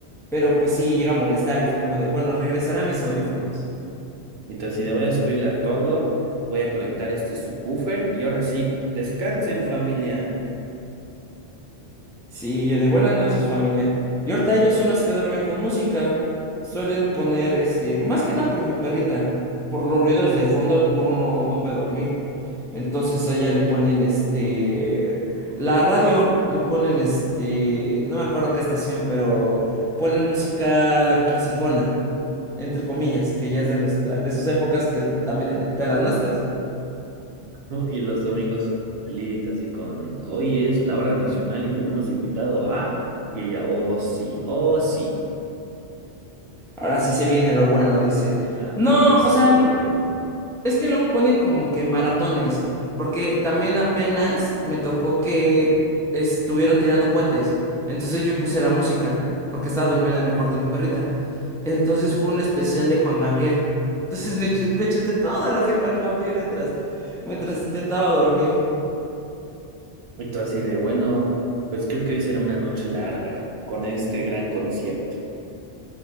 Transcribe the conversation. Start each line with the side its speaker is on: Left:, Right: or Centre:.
Centre: Pero pues sí llega a molestar y fue como de, bueno, regresaré a mis audífonos.
Right: Entonces, si le voy a subirla a todo, voy a conectar este subwoofer y ahora sí, descansen familia.
Centre: Sí, yo de buenas noches familia. Y ahorita ellos son los que duermen con música. Suelen poner, este, más que nada por mi perrita, por los ruidos de fondo, luego no, no puede dormir. Entonces a ella le ponen, este, la radio, le ponen, este, no me acuerdo qué estación, pero ponen música clasicona, entre comillas, que ya es de nuestra, de sus épocas, que es también de de las nuestras.
Right: ¿no? <laughs> Y los domingos Lilith así con, hoy es la hora nacional y tenemos invitado a... Y ella, oh sí, oh sí.
Centre: Ahora sí se viene lo bueno, dice.
Right: Ándale,
Centre: No,
Right: ahora sí
Centre: o sea.
Right: viene lo bueno.
Centre: Es que luego ponen como que maratones, porque también apenas me tocó que estuvieron tirando cohetes. Entonces yo puse la música, porque estaba durmiendo en mi cuarto mi perrita. Entonces fue un especial de Juan Gabriel. Entonces me, chu- me chuté todas las de Juan Gabriel mientras, mientras intentaba dormir.
Right: Y tú así de, bueno, pues creo que hoy será una noche larga con este gran concierto.